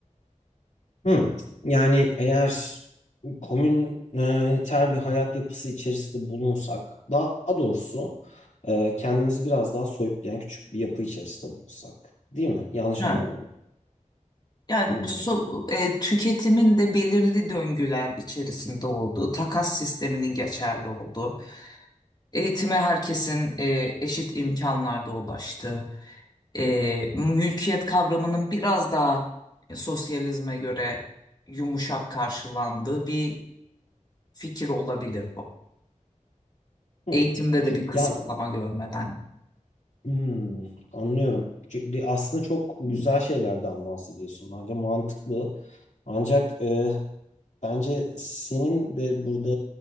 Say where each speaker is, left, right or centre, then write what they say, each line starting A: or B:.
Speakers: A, on the left (about 65°); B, on the left (about 30°).
A: Hı. Yani eğer komüniter bir hayat yapısı içerisinde bulunsak, daha doğrusu e, kendimizi biraz daha soyutlayan küçük bir yapı içerisinde bulunsak, değil mi? Yanlış
B: Evet.
A: anlamıyorum.
B: Yani
A: Hı hı.
B: bu so- e, tüketimin de belirli döngüler içerisinde olduğu, takas sisteminin geçerli olduğu, eğitime herkesin e, eşit imkanlarda ulaştığı, e, mülkiyet kavramının biraz daha sosyalizme göre yumuşak karşılandığı bir fikir olabilir bu.
A: Hı.
B: Eğitimde de bir kısıtlama
A: Ya
B: görmeden.
A: hmm, anlıyorum. Çünkü aslında çok güzel şeylerden bahsediyorsun. Bence mantıklı. Ancak e, bence senin de burada